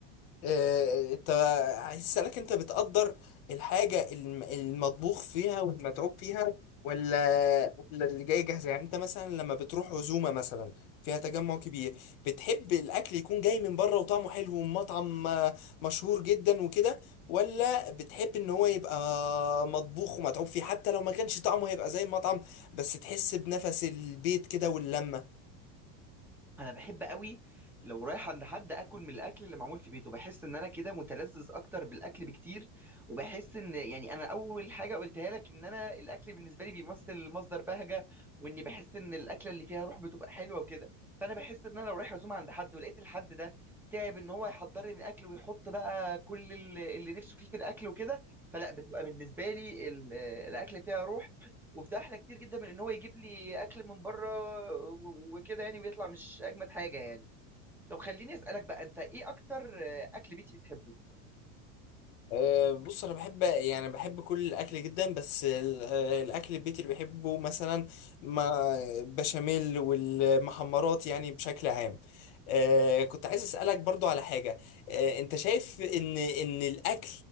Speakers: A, on the left; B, in the centre.
A: آه، انت عايز اسالك انت بتقدر الحاجه الم- المطبوخ فيها والمتعوب فيها ولا ولا اللي جاي جاهزه يعني انت مثلا لما بتروح عزومه مثلا فيها تجمع كبير بتحب الاكل يكون جاي من بره وطعمه حلو ومطعم آه، مشهور جدا وكده ولا بتحب ان هو يبقى مطبوخ ومتعوب فيه حتى لو ما كانش طعمه هيبقى زي المطعم بس تحس بنفس البيت كده واللمه
B: انا بحب قوي لو رايح عند حد اكل من الاكل اللي معمول في بيته بحس ان انا كده متلذذ اكتر بالاكل بكتير وبحس ان يعني انا اول حاجه قلتها لك ان انا الاكل بالنسبه لي بيمثل مصدر بهجه واني بحس ان الاكله اللي فيها روح بتبقى حلوه وكده فانا بحس ان انا لو رايح عزومه عند حد ولقيت الحد ده تعب ان هو يحضر لي الاكل ويحط بقى كل ال- اللي نفسه فيه في الاكل وكده فلا بتبقى بالنسبه لي ال- الاكل فيها روح وبتحلى كتير جدا من ان هو يجيب لي اكل من بره و- وكده يعني ويطلع مش اجمد حاجه يعني طب خليني اسالك بقى انت ايه اكتر آه، اكل بيتي بتحبه
A: أه، بص انا بحب يعني بحب كل الاكل جدا بس ال- أه، الاكل البيت اللي بحبه مثلا ما بشاميل والمحمرات يعني بشكل عام أه، كنت عايز اسالك برضو على حاجه أه، انت شايف ان ان الاكل